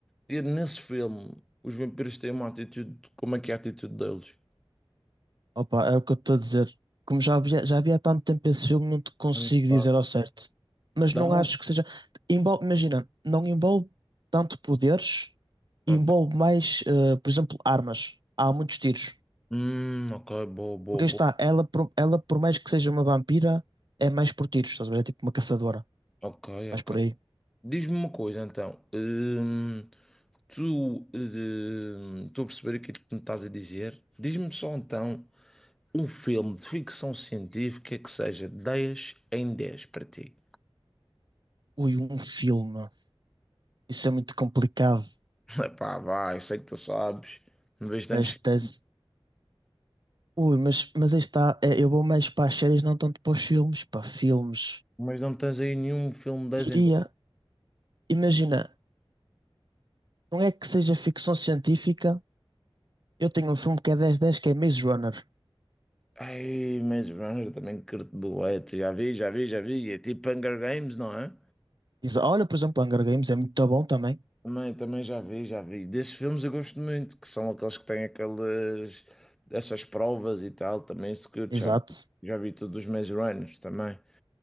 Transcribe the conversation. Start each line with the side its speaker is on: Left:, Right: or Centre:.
Centre: E nesse filme, os vampiros têm uma atitude. Como é que é a atitude deles?
Right: Opa, é o que eu estou a dizer. Como já havia, já havia há tanto tempo esse filme, não te consigo
Centre: Hum, pá.
Right: dizer ao certo. Mas
Centre: Dá
Right: não
Centre: muito.
Right: acho que seja. Envolve, imagina, não envolve tanto poderes,
Centre: Ok.
Right: envolve mais, eh, por exemplo, armas. Há muitos tiros.
Centre: Hum, ok, boa, boa,
Right: Porque
Centre: boa.
Right: aí está, ela, por- ela, por mais que seja uma vampira, é mais por tiros, estás a ver? É tipo uma caçadora.
Centre: Ok,
Right: Mas
Centre: ok.
Right: por aí.
Centre: Diz-me uma coisa então. Hum, tu. hum, estou a perceber aquilo que me estás a dizer. Diz-me só então um filme de ficção científica que seja 10 em 10 para ti.
Right: Ui, um filme. Isso é muito complicado
Centre: <laughs> Epá, vai, eu sei que tu sabes. Não vejo tantos
Right: nesta tese.
Centre: filmes,
Right: Ui, mas, mas aí está, é, eu vou mais para as séries, não tanto para os filmes. Para filmes.
Centre: mas não tens aí nenhum filme 10
Right: Diria.
Centre: em
Right: Imagina. Não é que seja ficção científica. Eu tenho um filme que é dez dez que é Maze Runner.
Centre: Ai, Maze Runner também curto bué, tu já vi, já vi, já vi. É tipo Hunger Games, não é?
Right: Exa- Olha, por exemplo, Hunger Games é muito bom também.
Centre: Também, também já vi, já vi. Desses filmes eu gosto muito, que são aqueles que têm aquelas essas provas e tal, também se curto,
Right: Exato.
Centre: já vi. Já vi todos os Maze Runners também.